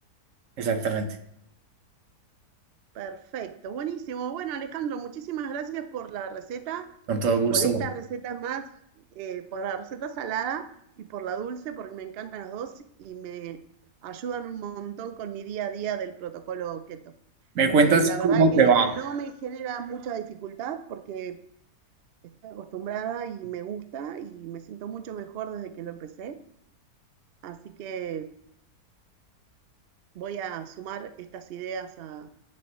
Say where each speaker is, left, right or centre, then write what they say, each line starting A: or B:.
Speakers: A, on the right (about 60°); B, on the right (about 75°).
A: exactamente.
B: Perfecto, buenísimo. Bueno, Alejandro, muchísimas gracias por la receta
A: Con todo
B: y
A: gusto.
B: por esta receta más, eh, por la receta salada y por la dulce, porque me encantan las dos y me ayudan un montón con mi día a día del protocolo keto.
A: Me cuentas
B: Eh, la
A: cómo
B: verdad que
A: te va
B: no me genera mucha dificultad porque estoy acostumbrada y me gusta y me siento mucho mejor desde que lo empecé. Así que voy a sumar estas ideas a,